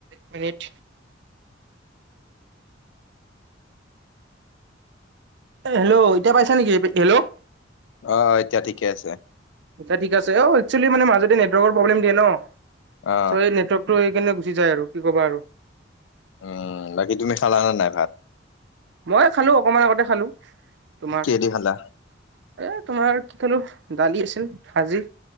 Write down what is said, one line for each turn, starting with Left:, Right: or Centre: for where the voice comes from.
Right: মিনট। হেল্ল', এতিয়া পাইছা নেকি হেল্ল',
Left: অ এতিয়া ঠিকে আছে।
Right: আচ্ছা ঠিক আছে অ একচুৱেলি মানে মাজতে নেটৱৰ্কৰ প্ৰব্লেম দিয়ে ন
Left: অ
Right: চ' এই নেৱৰ্কটো কেনে গুচি যায় আৰু কি ক'বা আৰু
Left: উম বাকী তুমি খালা নে নাই ভাত?
Right: মই খালো অকমান আগতে খালো তোমাৰ
Left: কিহেদি খালা
Right: এ তোমাৰ। কি খালোঁ দালি আছিল ভাজি